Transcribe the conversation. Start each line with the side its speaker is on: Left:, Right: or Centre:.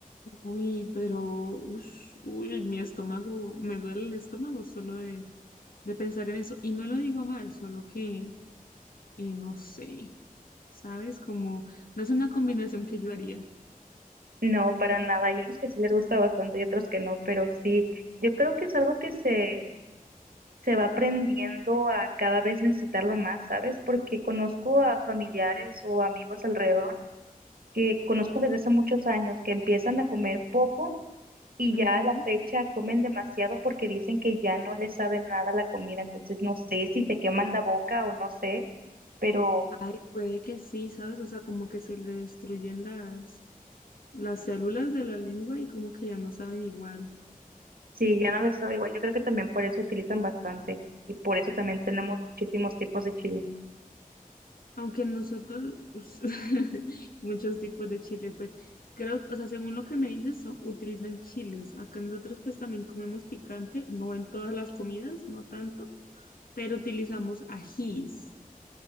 Left: Uy, pero, ush, uy, mi estómago, me duele el estómago solo de, de pensar en eso. Y no lo digo a mal, solo que eh, no sé, ¿sabes? Como, no es una combinación que yo haría.
Right: No, para nada. Hay unos que sí les gusta bastante y otros que no, pero sí, yo creo que es algo que se, se va aprendiendo a cada vez necesitarlo más, ¿sabes? Porque conozco a familiares o amigos alrededor que conozco desde hace muchos años que empiezan a comer poco Y
Left: Ujú.
Right: ya a la fecha comen demasiado porque dicen que ya no les sabe nada la comida, entonces no sé si se queman la boca o no sé, pero
Left: Ay, puede que sí, ¿sabes? O sea, como que se le destruyen las, las células de la lengua y como que ya no saben igual.
Right: sí, ya no les sabe igual. Yo creo que también por eso utilizan bastante y por eso también tenemos muchísimos tipos de chile.
Left: Aunque nosotros, us- <laughs> muchos tipos de chile, pues creo, o sea, según lo que me dices, son- utilizan chiles. Acá nosotros pues también comemos picante, no en todas las comidas, no tanto, pero utilizamos ajís.